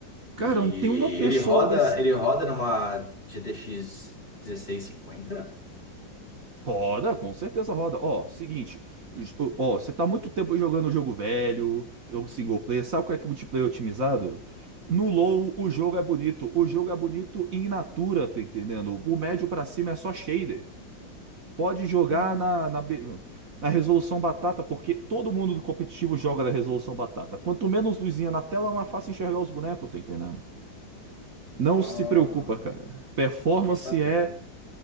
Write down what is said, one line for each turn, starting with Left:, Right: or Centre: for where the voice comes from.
Right: Cara,
Left: E
Right: não tem uma pessoa
Left: ele roda,
Right: desse.
Left: ele roda numa GTX cinquenta
Right: Roda, com certeza roda. Ó, seguinte, es- ó, você tá muito tempo jogando jogo velho, jogo single player, sabe qual é que é multiplayer otimizado? No low, o jogo é bonito. O jogo é bonito in natura, tá entendendo? O médio pra cima é só shader. Pode jogar
Left: Hum.
Right: na, na, be- na resolução batata, porque todo mundo do competitivo joga na resolução batata. Quanto menos luzinha na tela, mais fácil enxergar os bonecos, tá entendendo? Não
Left: Ah,
Right: se preocupa, cara. Performance
Left: fiquei sabendo.
Right: é,